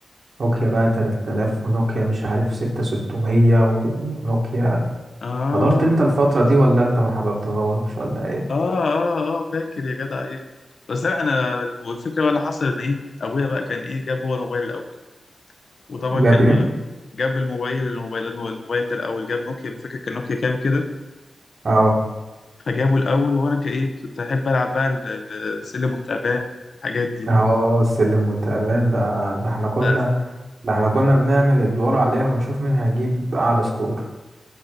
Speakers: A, on the right; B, on the left.
A: نوكيا بقى 3000 ونوكيا مش عارف 6600 ونوكيا
B: اه
A: حضرت انت الفترة دي ولا انت ما حضرتهاش ولا ايه
B: اه اه اه فاكر يا جدع ايه بس انا أنا- والفكره بقى اللي حصل ان ايه ابويا بقى كان ايه جاب هو الموبايل الاول وطبعا
A: جاب
B: كان
A: ايه
B: ما جاب الموبايل الموبايل الموبايل ده الاول جاب نوكيا فاكر كان نوكيا كام كده
A: اه
B: فجابوا الأول وأنا كإيه كنت أحب ألعب بقى ال- ال- السلم والتعبان الحاجات دي
A: اه السلم والتعبان ده ده احنا كنا
B: بس
A: ده احنا كنا بنعمل ادوار عليها ونشوف مين هيجيب اعلى سكور